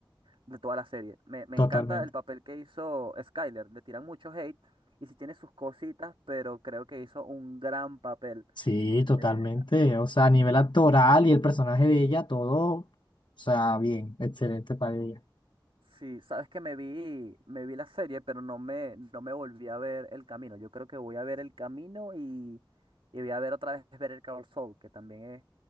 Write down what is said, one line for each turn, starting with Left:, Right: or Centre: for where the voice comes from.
Right: de toda la serie. Me, me
Left: Totalmente.
Right: encanta el papel que hizo Skyler, le tiran mucho hate y sí tiene sus cositas, pero creo que hizo un gran papel.
Left: Sí, totalmente.
Right: eh,
Left: O sea, a nivel actoral y el personaje de ella, todo, o sea, bien, excelente para ella.
Right: Sí, sabes que me vi, me vi la serie, pero no me, no me volví a ver El Camino. Yo creo que voy a ver El Camino y, y voy a ver otra vez Better Call Saul, que también es,